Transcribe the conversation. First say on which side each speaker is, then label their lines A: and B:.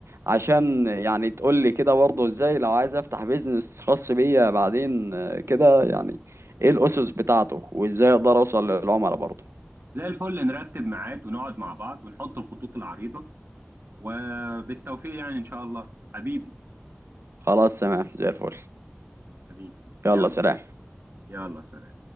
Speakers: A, on the right (about 80°); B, on the right (about 60°).
A: عشان يعني تقول لي كده برضه ازاي لو عايز افتح بيزنس خاص بيا بعدين آه، كده يعني ايه الاسس بتاعته وازاي اقدر اوصل للعملاء برضه
B: زي الفل نرتب ميعاد ونقعد مع بعض ونحط الخطوط العريضة وبالتوفيق يعني إن شاء الله حبيبي
A: خلاص تمام زي الفل
B: حبيبي
A: يلا
B: يلا
A: سلام
B: يلا سلام